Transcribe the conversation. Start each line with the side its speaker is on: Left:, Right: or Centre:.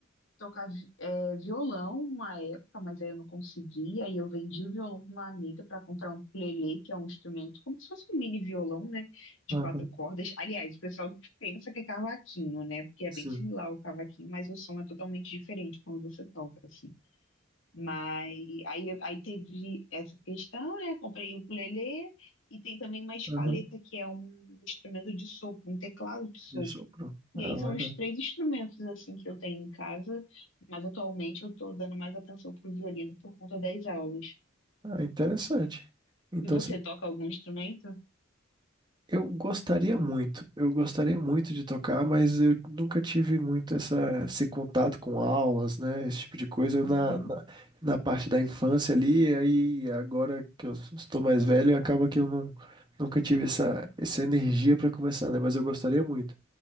Left: tocar vi- é, violão uma época, mas aí eu não consegui. Aí eu vendi o violão para uma amiga para comprar um ukulele, que é um instrumento como se fosse um mini violão, né? De
Right: Aham.
Left: quatro cordas. Aliás, o pessoal pensa que é cavaquinho, né? Porque é
Right: Sim.
Left: bem similar ao cavaquinho, mas o som é totalmente diferente quando você toca, assim. Mas aí, aí teve essa questão, né? Comprei o ukulele e tem também uma escaleta,
Right: Aham.
Left: que é um instrumento de sopro, um teclado de sopro.
Right: De sopro?
Left: E
Right: Ah,
Left: aí
Right: legal.
Left: são os três instrumentos assim que eu tenho em casa, mas atualmente eu tô dando mais atenção pro violino por conta das aulas.
Right: Ah, interessante. Então,
Left: E você
Right: se-
Left: toca algum instrumento?
Right: eu gostaria muito, eu gostaria muito de tocar, mas eu nunca tive muito essa, esse contato com aulas, né? Esse tipo de coisa
Left: Uhum.
Right: na, na, na parte da infância ali, aí agora que eu estou mais velho, acaba que eu não, nunca tive essa, essa energia para começar, né? Mas eu gostaria muito.